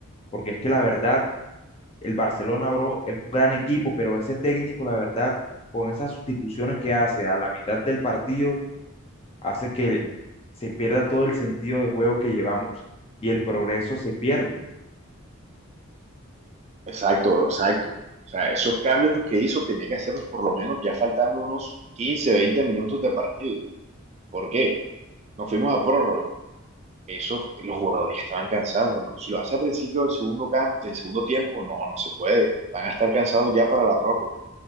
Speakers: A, on the left; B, on the right.
A: porque es que la verdad El Barcelona, bro, es un gran equipo, pero ese técnico, la verdad, con esas sustituciones que hace a la mitad del partido, hace que se pierda todo el sentido de juego que llevamos y el progreso se pierde.
B: Exacto, bro, exacto. O sea, esos cambios que hizo tenía que hacerlos por lo menos ya faltando unos 15 20 minutos de partido. ¿Por qué? Nos fuimos a prórroga. Esos, los jugadores estaban cansados, hermano. Si lo hace al principio del segundo, cam- del segundo tiempo, no, no se puede. Van a estar cansados ya para la prórroga.